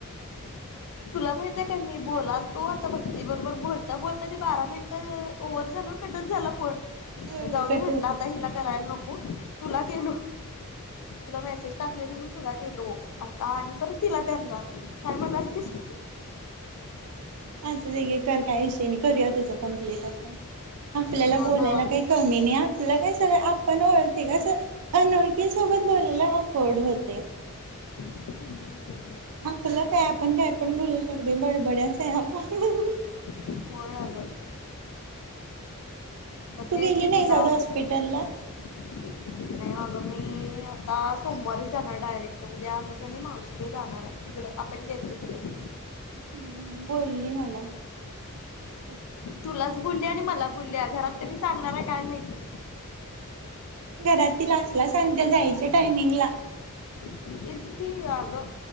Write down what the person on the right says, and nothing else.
होय
होय
कट
होतोय.
असू दे कर काही विषयी नय करूया तुझं कम्प्लीट. आपल्याला
बोलायला
काही कमी नाही आपलं काय सगळं आपण ओळते कस अनोळखी सोबत बोलयला अफोर्ड होतय.
आपलं काय आपण काय पण बोलू शकते बडबड्याच आहे आपण.
तू
गेली
नाहीस
आज हॉस्पिटलला
हम्म, बोलली <inaudible>
घरातील असला सांगत्या जायच्या टायमिंगला.